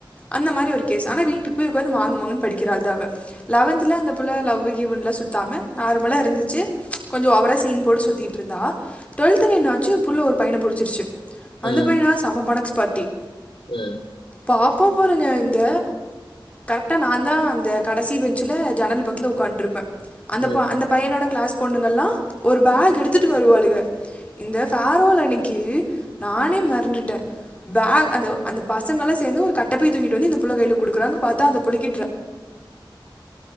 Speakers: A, on the left (about 15°); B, on the left (about 85°).
A: அந்த மாரி ஒரு கேஸ் ஆனா வீட்டுக்கு போய் உக்காது மாங்கு மாங்குன்னு படிக்கிறா ஆள்தா அவ லவன்துல அந்த புள்ள லவ்வு கிவ்ன்லா சுத்தாமா நார்மலா இருந்துச்சு கொஞ்சோ ஓவரா சீன் போட்டு சுத்திட்டு இருந்தா டொல்த்துல என்னாச்சு புள்ள ஒரு பையன புடுச்சிருச்சு அந்த
B: ம்,
A: பையனா செம பணக்ஸ் பார்ட்டி
B: ம்,
A: பாப்பா பாருங்க இந்த கரெக்டாக நாந்தா அந்த கடைசி பெஞ்சில்ல ஜன்னல் பக்கத்ல உட்கான்டுருப்பே அந்த
B: ம்,
A: பொ அந்த பையனோட கிளாஸ் பொண்ணுங்கள்லா ஒரு பேக் எடுத்துட்டு வருவாளுக இந்த ஃபரோல் அன்னைக்கி நானே மெறன்டுட்டே பேக் அந்த அந்த பசங்களா சேந்து ஒரு கட்டபை தூங்கிட்டு வந்து இந்த புள்ள கையில குடுக்குறாங்க பாத்தா அந்த புள்ளைக்கி டிர